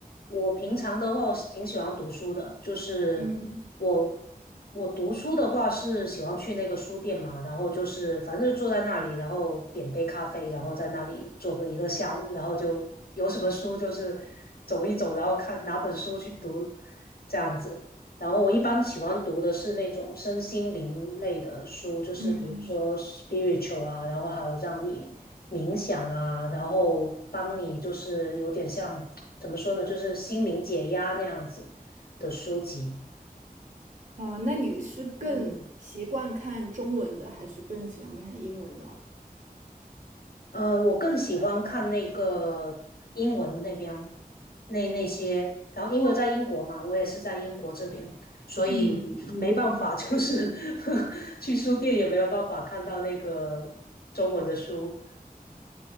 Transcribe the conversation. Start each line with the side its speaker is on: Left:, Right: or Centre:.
Left: 我平常的话，我是挺喜欢读书的，就是我
Right: 嗯
Left: 我读书的话是喜欢去那个书店嘛，然后就是反正就坐在那里，然后点杯咖啡，然后在那里坐个一个下午，然后就有什么书就是走一走，然后看哪本书去读这样子。然后我一般喜欢读的是那种身心灵类的书，就是比如说
Right: 嗯，
Left: spiritual 啊，然后还有让你冥想啊，然后帮你就是有点像。怎么说呢，就是心灵解压那样子的书籍。
Right: 哦，那你是更习惯看中文的，
Left: 嗯，
Right: 还是更喜欢看英文的？
Left: 呃，我更喜欢看那个英文那边那那些，然后因为在英国嘛，我也是在英国这边，所以没办法，
Right: 嗯
Left: 就是 <laughs> 去书店也没有办法看到那个中文的书，